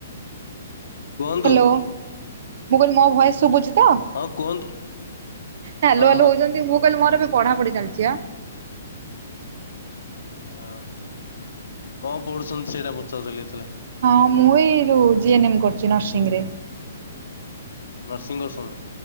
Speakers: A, on the left; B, on the right.
A: କୁହନ୍ତୁ।
B: ହ୍ୟାଲୋ ମୁଁ କହିଲି ମୋ ଭୟେସ ସୁବୁଚି। ତ
A: ହଁ କୁହନ୍ତୁ
B: ହାଲୋ
A: ହଁ
B: ହାଲୋ ହୋଉଚନ୍ତି ମୁଁ କହିଲି ମୋର ଏବେ ପଢ଼ାପଢ଼ି ଚାଲଚି ଆ।
A: ଅଁ କଁ ପଢ଼ୁଛନ୍ତି ସେଇଟା ପଚାରୁଥିଲି ହେତେଳେ।
B: ହଁ ମୁଁ ଏଇ ଯୋଉ ଜି ଏନ୍ ଏମ୍ କରୁଚି ନର୍ସିଂରେ।
A: ନର୍ସିଂ କରୁସନ୍ତି।